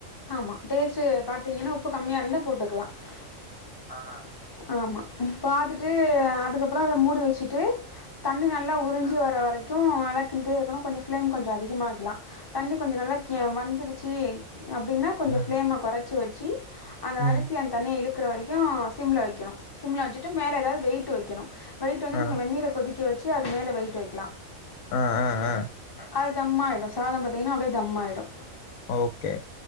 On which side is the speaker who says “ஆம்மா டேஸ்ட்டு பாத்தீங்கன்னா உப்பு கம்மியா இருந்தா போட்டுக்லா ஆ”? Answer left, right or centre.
Left